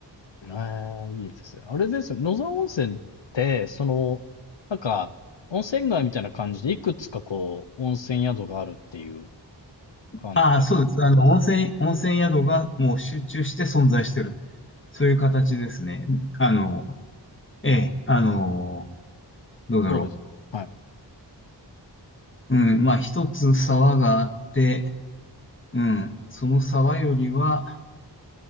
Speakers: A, on the left (about 80°); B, on the left (about 25°).
A: ええ、いいですね。あれですよね、野沢温泉って、その、なんか、温泉街みたいな感じで、いくつかこう、温泉宿があるっていう感じですか
B: ああ、そうです。あの、温泉、温泉宿がもう集中して存在してるそういう形ですね。あの、ええ、あの、どうだろ
A: そうです。はい。
B: う。うん、まあ一つ沢があって、うん、その沢よりは